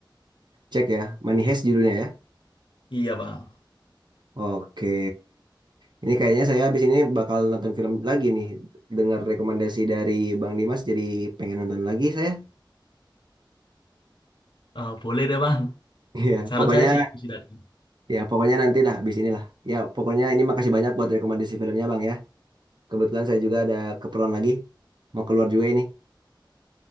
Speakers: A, on the right; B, on the left.
A: cek ya. Menehes judulnya ya.
B: Iya bang,
A: Oke. Ini kayaknya saya habis ini bakal nonton film lagi nih. Dengar rekomendasi dari Bang Dimas jadi pengen nonton lagi saya. <laughs>
B: Eh, boleh deh bang.
A: Iya,
B: Saran
A: pokoknya.
B: saya sih itu sih tadi.
A: Ya, pokoknya nanti lah, habis inilah. Ya, pokoknya ini makasih banyak buat rekomendasi filmnya, Bang ya. Kebetulan saya juga ada keperluan lagi. Mau keluar juga ini.